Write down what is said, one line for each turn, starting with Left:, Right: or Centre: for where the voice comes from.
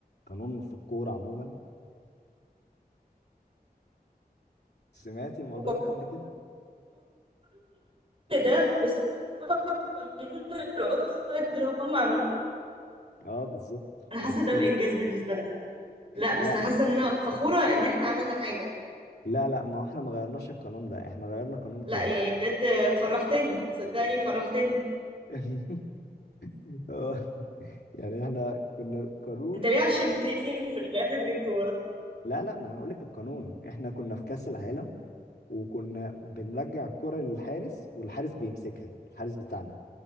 Left: قانون في الكورة عموما سمعت الموضوع
Right: و-
Left: ده قبل كده
Right: كل ده بسبب قانون الاوفسايد اللي هم عملوه
Left: اه بالظبط
Right: انا حاسه
Left: هو بسبب
Right: ده بانجاز بالنسبه لنا لا بس
Left: لا
Right: انا حاسه ان انا فخوره ان احنا عملنا حاجه
Left: لا لا ما احنا ما غيرناش القانون ده احنا غيرنا قانون
Right: لا
Left: تاني
Right: يعني بجد فرحتني صدقني فرحتني
Left: <laughs> هو- يعني احنا كنا قانون
Right: انت ليه عشمتني في الاخر جبت ورا
Left: لا لا ما انا هقول لك القانون احنا كنا في كأس العالم وكنا بنرجع الكرة للحارس والحارس بيمسكها الحارس بتاعنا